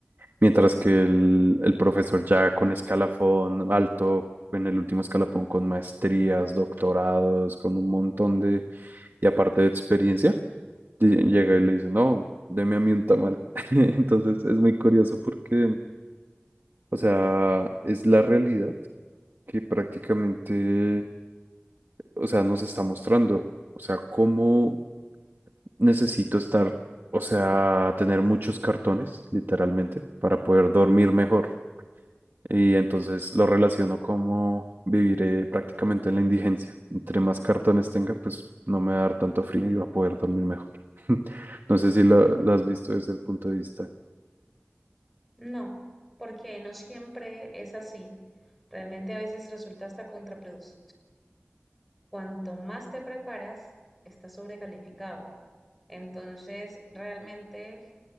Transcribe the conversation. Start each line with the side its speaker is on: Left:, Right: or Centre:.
Right: Mientras que el, el profesor ya con escalafón alto, en el último escalafón con maestrías, doctorados, con un montón de, y aparte de experiencia, di- llega y le dice, no, deme a mí un tamal. <laughs> Entonces es muy curioso porque, o sea, es la realidad que prácticamente, o sea, nos está mostrando. O sea, cómo necesito estar, o sea, tener muchos cartones, literalmente, para poder dormir mejor. Y entonces lo relaciono como viviré prácticamente en la indigencia. Entre más cartones tenga, pues no me va a dar tanto frío y va a poder dormir mejor. <laughs> No sé si lo, lo has visto desde el punto de vista.
Centre: No, porque no siempre es así. Realmente a veces resulta hasta contraproducente. Cuanto más te preparas, estás sobrecalificado. Entonces, realmente,